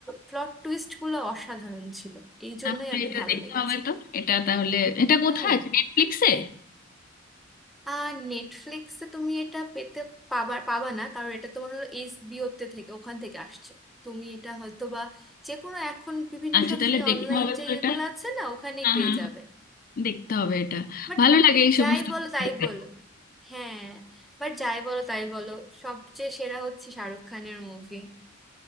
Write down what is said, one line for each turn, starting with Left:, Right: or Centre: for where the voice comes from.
Centre: প্লট টুইস্ট গুলো অসাধারণ ছিল এই জন্যই
Left: তাহলে
Centre: আর কি
Left: এটা
Centre: ভালো
Left: দেখতে
Centre: লেগেছে
Left: হবে তো এটা তাহলে এটা কোথায়
Centre: হুম
Left: আছে নেটফ্লিক্সে
Centre: আর নেটফ্লিক্সে তুমি এটা পেতে পাবা পাবা না কারণ এটা তোমার হলো এইচবিও তে থেকে ওখান থেকে আসছে তুমি এটা হয়তো বা যে কোনো এখন বিভিন্ন
Left: আচ্ছা
Centre: সব
Left: তাহলে
Centre: ফ্রি
Left: দেখতে
Centre: অনলাইন
Left: হবে
Centre: যে
Left: তো
Centre: ইয়েগুলো
Left: এটা
Centre: আছে না ওখানেই
Left: হ্যাঁ
Centre: পেয়ে
Left: হ্যাঁ
Centre: যাবে
Left: হ্যাঁ, দেখতে হবে এটা
Centre: বাট
Left: ভালো লাগে এই
Centre: যাই
Left: সমস্ত
Centre: বলো তাই
Left: দেখতে।
Centre: বলো হ্যাঁ বাট যাই বলো তাই বলো সবচেয়ে সেরা হচ্ছে শাহরুখ খানের মুভি